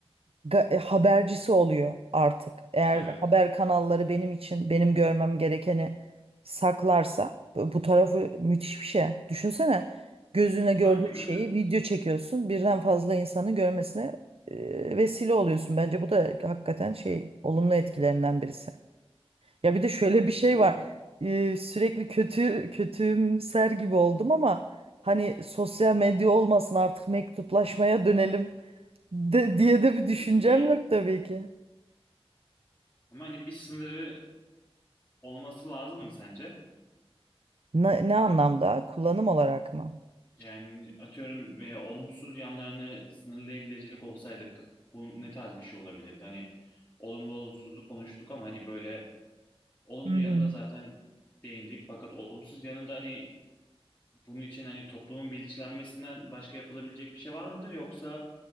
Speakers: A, on the right; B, on the left.
A: ga- e, habercisi oluyor artık. Eğer
B: Evet.
A: haber kanalları benim için benim görmem gerekeni saklarsa bu bu tarafı müthiş bir şey. Düşünsene gözünle gördüğün
B: Aynen öyle.
A: şeyi video çekiyorsun. Birden fazla insanı görmesine e, vesile oluyorsun. Bence bu da hakikaten şey olumlu etkilerinden birisi. Ya bir de şöyle
B: Aynen
A: bir şey
B: öyle.
A: var. Ee, sürekli kötü kötümser gibi oldum ama hani sosyal medya olmasın artık mektuplaşmaya dönelim de, diye de bir düşüncem
B: Gibi değil.
A: yok tabii ki.
B: Ama hani bir sınırı olması lazım mı sence?
A: Ne, ne anlamda? Kullanım olarak mı?
B: Yani atıyorum veya olumsuz yanlarını sınırlayabilecek olsaydık bu ne tarz bir şey olabilirdi? Hani olumlu olumsuzluğu konuştuk ama hani böyle olumlu
A: Hı hı.
B: yanına zaten değindik. Fakat olumsuz yanında hani bunun için hani toplumun bilinçlenmesinden başka yapılabilecek bir şey var mıdır? Yoksa